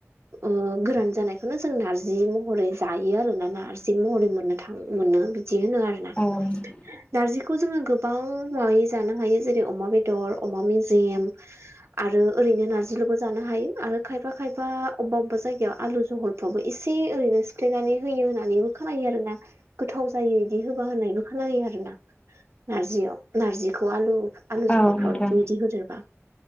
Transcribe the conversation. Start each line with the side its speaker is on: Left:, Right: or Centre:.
Right: ओ गोरान जानायखौनो जों नारजि महरै जायो आरो ना नार्जि महरै मोननो थां मोनो। जिस होनो आरो ना।
Left: औ
Right: नारजिखौ जोङो गोबां माबै जानो हायो जेरै अमा बेदर अमा मेजेम। आरो ओरैनो नारजिल'बो जानो हायो आरो खायफा खायफा अबेबा अबेबा जायगायाव आलु जहलफ्रावबो एसे ओरैनो सिफ्लेनानै होयो होननानैबो खोनायो आरो ना। गोथाव जायो इदि होबा होनायबो खालामोनो आरो ना नारजियाव नार्जिखौ आलु। आलु जहलफ्राव
Left: औ नोंथां
Right: बेखौ बिदि होदेरबा